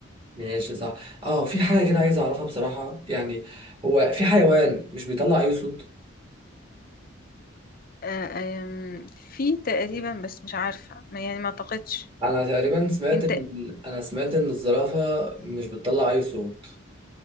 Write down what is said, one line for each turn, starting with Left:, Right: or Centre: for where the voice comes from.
Right: ماشي صح اه في حاجه كده عايز اعرفها بصراحه يعني هو في حيوان مش بيطلع اي صوت
Left: آه آم، في تقريبا بس مش عارفة ما يعني ما اعتقدش
Right: انا تقريبا سمعت
Left: انت
Right: ال... انا سمعت ان الزرافه مش بتطلع اي صوت